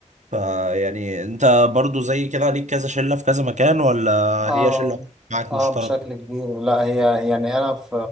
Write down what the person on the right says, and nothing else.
فيعني انت برضو زي كده ليك كذا شله في كذا مكان ولا
هي شله معاك
مشتركه